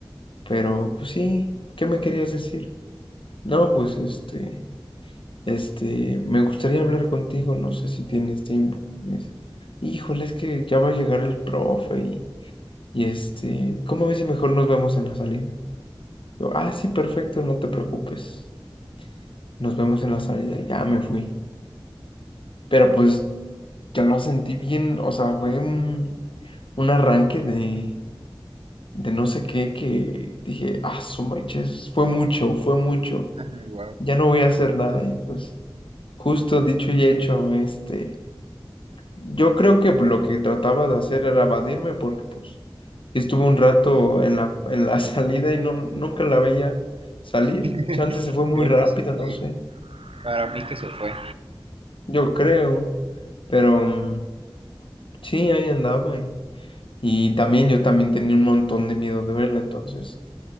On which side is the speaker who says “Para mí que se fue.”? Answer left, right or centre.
Right